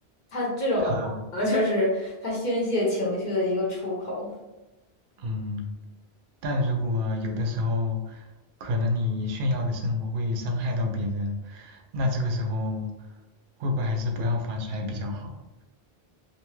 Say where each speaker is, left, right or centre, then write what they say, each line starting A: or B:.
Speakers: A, on the left; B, on the right.
A: 他这种的话，
B: <laughs> 嗯
A: 可能就是他宣泄情绪的一个出口。
B: 嗯，但如果有的时候，可能你炫耀的生活会伤害到别人，那这个时候会不会还是不要发出来比较好？